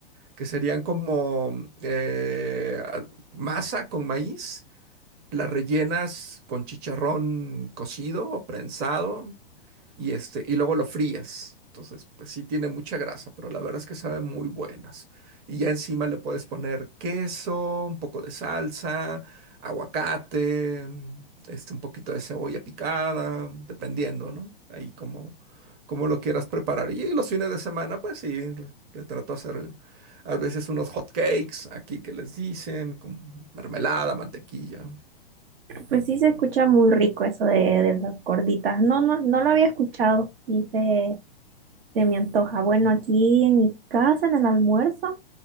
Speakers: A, on the right; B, on the right.
A: que serían como eh, al- masa con maíz, las rellenas con chicharrón cocido o prensado y este, y luego lo frías. Entonces, pues sí tiene mucha grasa, pero la verdad es que saben muy buenas. Y ya encima le puedes poner queso, un poco de salsa, aguacate, este, un poquito de cebolla picada, dependiendo, ¿no? Ahí como, como lo quieras preparar. Y los fines de semana, pues sí, le, le trato de hacer a veces unos hot cakes aquí que les dicen, con mermelada, mantequilla.
B: Pues sí se escucha muy rico eso de, de las gorditas. No, no, no lo había escuchado y se, se me antoja. Bueno, aquí en mi casa, en el almuerzo.